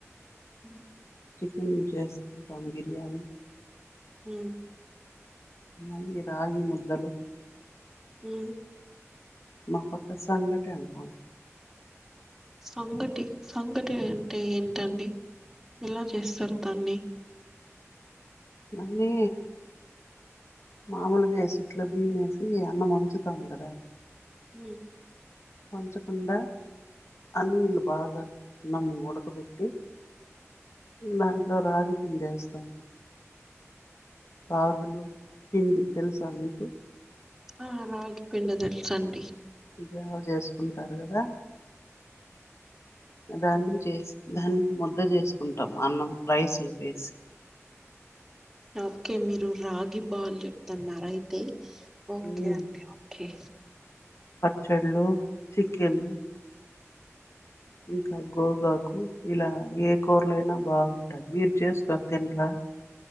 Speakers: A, in the centre; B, on the left.
A: మ్
B: చికెన్ చేసుకుంటాం బిర్యానీ
A: మ్
B: మళ్ళీ రాగి ముద్దలు
A: మ్
B: మా పక్క సంగట అంటాం
A: సంగటి సంగటి అంటే ఏంటండి ఎలా చేస్తారు దాన్ని
B: మలే మామూలుగా ఎసిట్లో బిమేసి అన్నం వంచుతాము కదా
A: మ్
B: పంచకుండా అన్నీ నీళ్ళు బాగా నమ్ ఉడకబెట్టి దాంట్లో రాగి పిండేస్తాం రాగులు పిండి తెలుసా మీకు?
A: ఆ రాగి పిండైతడి సండే
B: జావ చేసుకుంటారు కదా దాన్ని చేసి దాన్ని ముద్ద చేసుకుంటాం అన్నం రైసులో వేసి
A: ఓకే మీరు రాగి బాల్ చెప్తున్నార అయితే ఓకే
B: ఉమ్,
A: అండి ఒకే
B: చళ్ళు చికెన్ ఇంకా గోగాకు ఇలా ఏ కూరలైనా బాగుంటది మీరు చేసుకొని తినరా